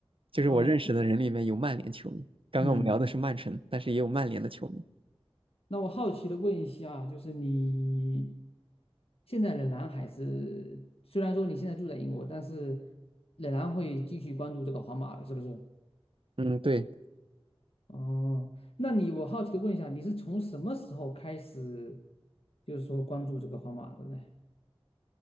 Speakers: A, on the right (about 60°); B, on the left (about 70°).
A: 就是我认识的人里面有曼联球迷。
B: 哦，
A: 刚刚我们聊的是曼城，
B: 嗯。
A: 但是也有曼联的球迷。
B: 那我好奇的问一下啊，就是你现在仍然还是，虽然说你现在住在英国，但是仍然会继续关注这个皇马的，是不是？
A: 嗯，对，
B: 哦，那你我好奇的问一下，你是从什么时候开始，就是说关注这个皇马的呢？